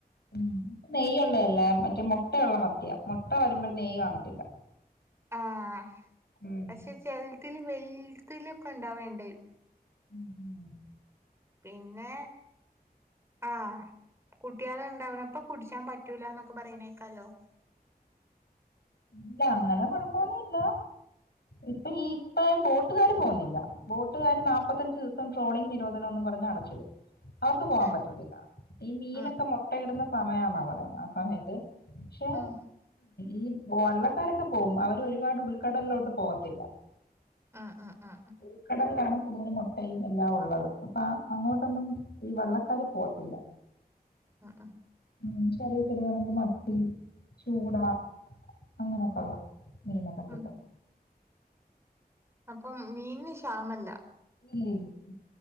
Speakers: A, on the left; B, on the right.
A: ഉം ഇപ്പ നെയ്യള്ളതല്ലേ മറ്റേ മുട്ടയുള്ള മത്തിയ മുട്ട വരുമ്പോൾ നെയ്യ് കാണത്തില്ല
B: ആഹ്
A: ഉം
B: പക്ഷെ ചിലത്തിൽ വെലുത്തിക്കെ ഉണ്ടാവേണ്ട
A: ഉം ഉം
B: പിന്നെ ആ കുട്ടികള ഉണ്ടാവുന്നപ്പോ പിടിച്ചാൻ പറ്റ പറ്റുലാന്നൊക്കെ പറയുന്നേക്കാലോ
A: ഇല്ല അങ്ങനെ കൊഴപ്പന്നില്ല ഇപ്പൊ ഈ ഇപ്പ ബോട്ടുകാര് പോന്നില്ല ബോട്ടുകാര് നാപ്പത്തഞ്ച് ദിവസം ട്രോളിംഗ് നിരോധനോന്ന് പറഞ്ഞ്ടച്ചിടും അവർക്ക് പോവാൻ
B: ഏഹ്
A: പറ്റത്തില്ല ഈ മീനൊക്കെ
B: ഉം
A: മുട്ടയിടുന്ന സമയെന്നാ പറയുന്നത് ആ സമയത്ത് പക്ഷേ
B: ഉം
A: ഈ വള്ളക്കാരൊക്കെ പോവും അവര് ഒരുപാട് ഉൾക്കടലിലോട്ട് പോകത്തില്ല
B: ആഹ് ആഹ് ആഹ്
A: ഉൾക്കടലിലാണ് കൂടുതലും മുട്ടയും എല്ലാം ഉള്ളത് അപ്പ അങ്ങോട്ടൊന്നും ഈ വള്ളക്കാര് പോത്തില്ല
B: ആഹ്
A: ഉം ചെറിയ ചെറിയ നമുക്ക് മത്തി ചൂട അങ്ങനെയൊക്കെയുള്ളേ മീനോക്കെ കിട്ടും
B: ഉം അപ്പം മീനിന് ക്ഷാമല്ല
A: ഇല്ല ഇല്ലില്ല